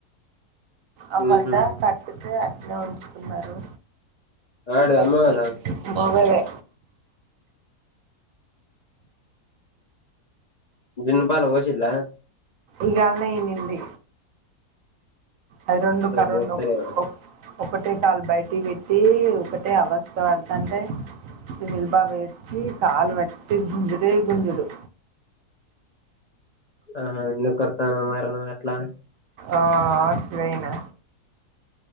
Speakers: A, on the right (about 70°); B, on the left (about 45°).
A: ఆ వడ్డ
B: ఉహు
A: కట్టితే అట్నే ఉంచుకున్నారు
B: ఆడిది
A: టర్కి
B: అమ్మవు కదా
A: మొగదే
B: జున్నుపాలు పోసిండా
A: ఈయాల్నే ఈనింది అయ్ రెండు కరెండు
B: బోత్తరేమో
A: ఒకటే కాళ్ళు బయటి పెట్టి ఒకటే అవస్థ పడతాంటే సునీల్ బాబాయి వచ్చి కాలు పట్టి గుంజుడే గుంజుడు
B: ఆహా ఎందుకోరుతునవ్ మరి నువ్వట్లా
A: ఆ.. రైనా